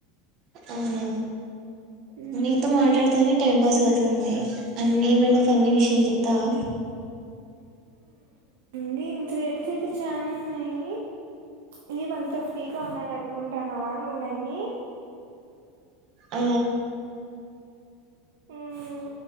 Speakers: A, on the right; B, on the right.
A: అవునా
B: మ్మ్
A: నీతో మాట్లాడుతేనే టైం పాస్ అవుతుంది అన్న ఏమైనా ఫన్నీ విషయం చెప్తావా
B: డి ఇంతలో ఏంస్ అయితే చాాల ఉన్నాయి ఇది బంత ఫ్రీగా ఉంన్నా కుంటాన్నావా నువ్వునన్ని
A: ఆ
B: మ్